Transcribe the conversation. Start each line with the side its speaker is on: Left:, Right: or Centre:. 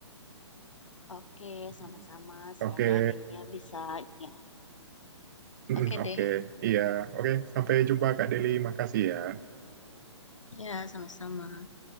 Left: Oke,
Right: Hmm.
Left: sama-sama.
Right: Oke,
Left: Semoga adanya bisa. ya.
Right: Hmm,
Left: Oke
Right: oke,
Left: deh.
Right: iya, oke. Sampai jumpa Kak Deli. Makasih ya.
Left: Ya, sama-sama.